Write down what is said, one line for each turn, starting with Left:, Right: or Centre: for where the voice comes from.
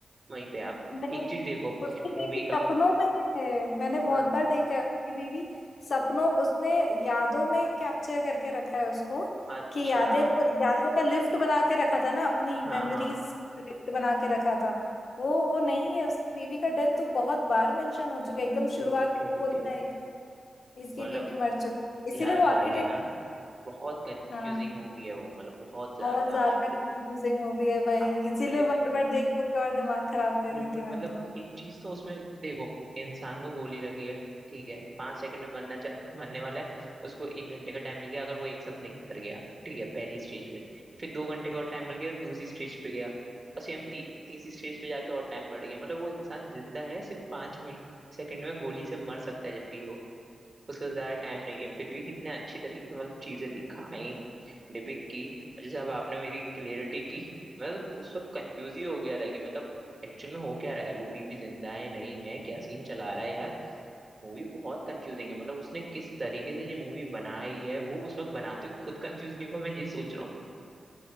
Right: वहीं पे है। अब
Left: नहीं
Right: एक चीज देखो
Left: उसकी बीवी
Right: मूवी का
Left: सपनों में है मैंने बहुत
Right: हाँ
Left: बार देखा है उसकी बीवी सपनों उसने यादों में कैप्चर करके रखा है उसको
Right: अच्छा
Left: कि यादें यादों का लिफ्ट बना के रखा था ना अपनी मेमोरीज
Right: हाँ हाँ
Left: लिफ्ट बना के रखा था वो वो नहीं है उसकी बीवी का डेथ तो बहुत बार मेंशन हो चुका है
Right: Okay
Left: एकदम शुरुआत
Right: okay
Left: में
Right: okay
Left: बोलता है कि इसकी
Right: मतलब
Left: बीवी मर चुकी इसीलिए
Right: यार
Left: वो आर्किटेक्ट
Right: भाई है ना बहुत कंफ्यूजिंग
Left: हाँ
Right: मूवी है वो मतलब बहुत ज्यादा
Left: बहुत ज्यादा कंफ्यूजिंग मूवी है भाई
Right: अब
Left: इसीलिए
Right: इस
Left: बार बार देख करके और दिमाग खराब कर
Right: बिल्कुल
Left: रही थी मैं
Right: मतलब
Left: तो
Right: एक चीज तो उसमें देखो इंसान को गोली लगी है ठीक है पांच सेकंड में मरना चा, मरने वाला है उसको एक घंटे का टाइम मिल गया अगर वो एक सपने के अंदर गया ठीक है पहली स्टेज पे फिर दो घंटे का और टाइम मिल गया दूसरी स्टेज पे गया और सेम ती, तीसरी स्टेज पे जाके और टाइम बढ़ गया मतलब वो इंसान जिंदा है सिर्फ पांच मिनट सेकंड में गोली से मर सकता है जबकि वो उसके पास ज्यादा टाइम नहीं है फिर भी कितने अच्छी तरीके से मतलब चीजें दिखाई डिपिक्ट की जैसे अब आपने मेरी क्लियरिटी की <laughs> मैं तो उस वक्त कंफ्यूज ही हो गया था कि मतलब एक्चुअल में हो क्या रहा है वो बीवी जिंदा है नहीं है क्या सीन चला रहा है यार मूवी बहुत कंफ्यूजिंग है मतलब उसने किस तरीके से ये मूवी बनाई है वो उस वक्त बनाते हुए खुद कंफ्यूज नहीं हुआ मैं ये सोच रहा हूँ